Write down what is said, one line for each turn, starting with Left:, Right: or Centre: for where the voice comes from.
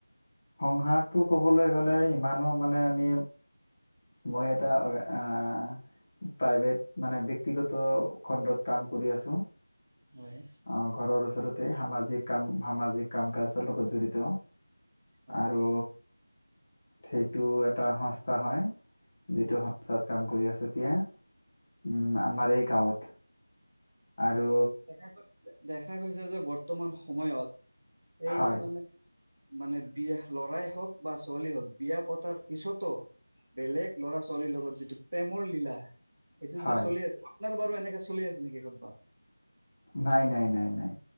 Left: সংসাৰটো কবলৈ গ'লে ইমানো মানে আমি। মই এটা অ আহ? প্ৰাইভেট মানে ব্যক্তিগত খণ্ডত কাম কৰি আছো।
Right: হয়
Left: অ ঘৰৰ ওচৰতে সামাজ। কাম সামাজিক কাম কাজৰ লগত জড়িত
Right: হয়
Left: আৰু। সেইটো এটা সংস্থা হয় যিটো সংস্থাত কাম কৰি আছো এতিয়া। উম আমাৰ এই গাঁৱত। আৰু
Right: দেখা গৈ- দেখা গৈছে যে বৰ্তমান সময়ত এই
Left: হয়
Right: যে মানে মানে বিয়া লৰাই হওক বা ছোৱালী হওক বিয়া পতাৰ পিছতো। বেলেগ ল'ৰা ছোৱালীৰ লগত যিটো প্ৰেমৰ লীলা। সেইটো
Left: হয়
Right: যে চলি আছে আপোনাৰ বাৰু এনেকে চলি আছে নেকি কৰ'বাত।
Left: নাই নাই নাই নাই